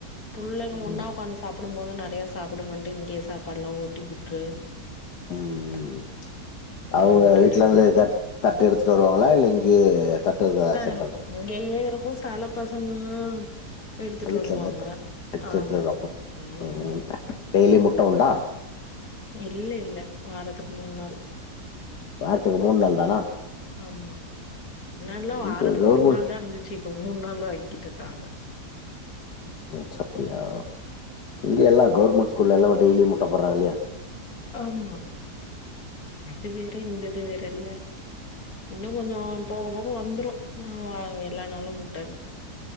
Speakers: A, on the left; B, on the left.
A: புள்ளைங்க
B: ம்
A: ஒன்னா ஒக்காந்து சாப் ப்பிடும்போது நெறைய சாப்பிடுங்கன்டு இங்கேயே சாப்பாடுலாம் ஊட்டி விட்ருவோம்
B: உம் உம் ம்
A: போகும்
B: அவுங்க
A: அப்டியே
B: வீட்ல
A: டைமே.
B: இருந்து தட் தட்டு எடுத்துட்டு வருவாங்களா இல்லை இங்கயே தட்டெல்லாம் செ
A: உம் ம் இங்கயே இருக்கும் செல பசங்களும் எடுத்துட்டு
B: வீட்ல
A: வருவாங்க
B: இருந்து த தட்டு
A: ஆமா
B: எடுத்துட்டு வருவாங்களா?
A: உம்
B: ம் டெய்லி முட்ட உண்டா
A: இல்ல இல்ல வாரத்துக்கு மூணு நாள்
B: வாரத்துக்கு மூணு நாள் தானா?
A: ஆமா முன்னாடிலாம் வாரத்துக்கு
B: இங்க கவர்மெண்ட்
A: ஒரு நாள் தான் இருந்துச்சு இப்போ மூணு நாளா ஆக்கிக்கிட் டாங்க
B: <unintelligible> அப்படியியா இங்க எல்லாம் கௌர்மண்ட் ஸ்கூல்லலாம் இப்ப டெய்லி முட்டை போடுறாங்கில்லையா
A: ஆமா அது வேற இந்தது வேறல்ல இன்னும் கொஞ்சம் போக போக வந்துரும் ஆன் எல்லா நாளும் முட்டனு